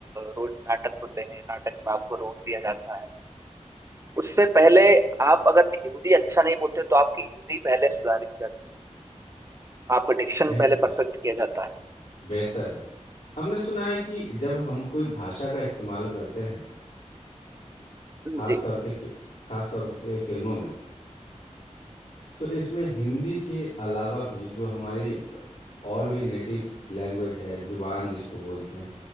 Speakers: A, on the right; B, on the left.
A: रोज नाटक होते हैं नाटक में आपको रोल दिया जाता है उससे पहले आप अगर हिंदी अच्छा नहीं बोलते तो आपकी हिंदी पहले सुधारी जाती है आपका डिक्शन
B: बेहतर
A: पहले परफेक्ट किया जाता है
B: बेहतर है हमने सुना है कि जब हम कोई भाषा का इस्तेमाल करते हैं खास
A: जी
B: करके फि- खास तौर पे फिल्मों में तो इसमें हिंदी के अलावा भी जो हमारी और भी नेटिव लैंग्वेज है जुबान जिसको बोलते हैं